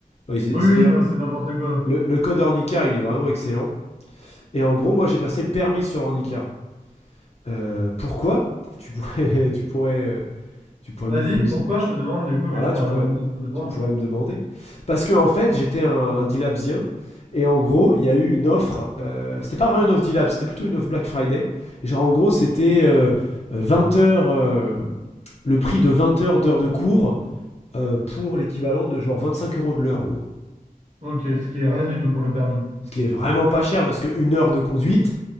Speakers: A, on the left (about 45°); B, on the right (about 50°).
A: Ouais, c'est-
B: Oui,
A: c'était...
B: oui, non, c'est n'importe quoi.
A: Le, le code Ornicar, il est vraiment excellent. Et en gros, moi, j'ai passé le permis sur Ornicar. Euh, pourquoi tu pourrais, <laughs> tu pourrais, euh, tu pourrais
B: Vas-y,
A: me poser,
B: pourquoi je te demande, du coup,
A: Voilà,
B: vu que je pourrais
A: tu pourrais,
B: demander, je te demande.
A: tu pourrais me demander. Parce que en fait, j'étais un, un D-Labsien. Et en gros, il y a eu une offre. euh, c'était pas vraiment une offre D-Lab, c'était plutôt une offre Black Friday. Et genre, en gros, c'était euh, 20 heures. euh, le prix de 20 heures d'heures de cours euh, pour l'équivalent de genre 25 euros de l'heure, en gros.
B: Ok, ce qui est rien du tout pour le permis.
A: Ce qui est vraiment pas cher parce qu'une heure de conduite.